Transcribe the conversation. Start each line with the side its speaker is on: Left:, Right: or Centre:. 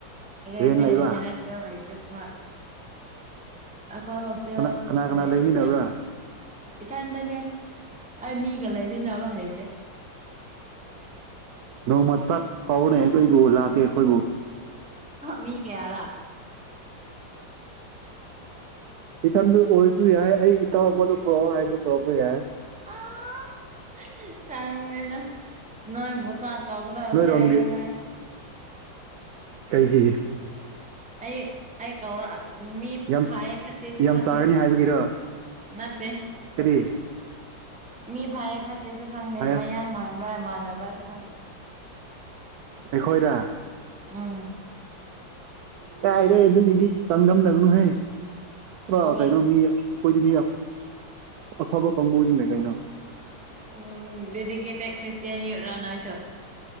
Centre: ꯔꯦꯟꯅꯦ
Right: ꯔꯦꯟ ꯂꯩꯕ
Centre: ꯔꯦꯟꯅꯦ ꯍꫭꯁꯇꯦꯜ ꯂꯩꯇ꯭ꯔꯦ ꯍꯣꯏ ꯑꯩꯈꯣꯏ ꯍꯣꯁꯇꯦꯜ
Right: ꯀꯅꯥ ꯀꯅꯥ ꯀꯅꯥ
Centre: ꯂꯩ
Right: ꯂꯩꯃꯤꯟꯅꯕ꯭ꯔꯥ
Centre: ꯂꯩ ꯏꯊꯟꯗꯅꯦ ꯑꯩ ꯃꯤꯒꯥ ꯂꯩꯃꯤꯟꯅꯕ ꯍꯩꯇꯦ
Right: ꯅꯣꯡꯃꯥ ꯆꯥꯛ ꯀꯧꯅꯦ ꯑꯩꯈꯣꯏꯕꯨ ꯂꯥꯛꯀꯦ ꯑꯩꯈꯣꯏꯕꯨ
Centre: ꯃꯤ ꯀꯌꯥꯔ
Right: ꯏꯊꯟꯗ ꯑꯣꯏꯔꯁꯨ ꯌꯥꯏ ꯑꯩ ꯏꯇꯥꯎ ꯑꯃꯥꯗꯣ ꯄꯨꯔꯛꯑꯣ ꯍꯥꯏꯔꯁꯨ ꯄꯨꯔꯛꯄ ꯌꯥꯏ
Centre: ꯑꯥ ꯈꯪꯗꯦꯗ ꯅꯣꯏꯕꯨ ꯆꯥꯥꯛ ꯀꯧꯒꯗꯧꯕꯁꯦ
Right: ꯅꯣꯏꯔꯣꯝꯒꯤ
Centre: ꯑꯩ ꯋꯥꯏ
Right: ꯀꯩꯒꯤ
Centre: ꯑꯩ ꯑꯩ ꯀꯧꯔ ꯃꯤ
Right: ꯌꯥꯝ
Centre: ꯐꯩ ꯐꯠꯇꯦꯁꯨ
Right: ꯌꯥꯝ
Centre: ꯈꯪꯗꯦ
Right: ꯆꯥꯒꯅꯤ ꯍꯥꯏꯕꯒꯤꯔꯣ
Centre: ꯅꯠꯇꯦ
Right: ꯀꯔꯤ
Centre: ꯃꯤ ꯐꯩꯌꯦ ꯐꯠꯇꯦꯁꯨ ꯈꯪꯗꯦ
Right: ꯍꯥꯏꯌꯣ
Centre: ꯃꯌꯥꯡ ꯃꯥꯟꯕ꯭ꯔꯥ ꯃꯥꯟꯗꯕ꯭ꯔꯥꯁꯨ ꯈꯪꯗꯦ
Right: ꯑꯩꯈꯣꯏꯔ
Centre: ꯎꯝ
Right: ꯀꯥꯏꯗꯩ ꯑꯗꯨꯒꯤꯗꯤ ꯆꯥꯡꯗꯝꯅꯒꯅꯨꯍꯦ ꯄꯨꯔꯥ
Centre: ꯀꯣꯂꯦꯖ
Right: ꯀꯩꯅꯣ ꯃꯤ ꯑꯩꯈꯣꯏꯗꯤ ꯃꯤꯅ ꯑꯐꯕ ꯀꯥꯡꯕꯨꯅꯤꯅꯦ ꯀꯩꯅꯣ
Centre: ꯎꯝ ꯗꯦꯗꯤꯀꯦꯗꯦꯛ ꯈ꯭ꯔꯤꯁꯇꯦꯟ ꯌꯨꯠꯔ ꯅꯣꯏꯁꯨ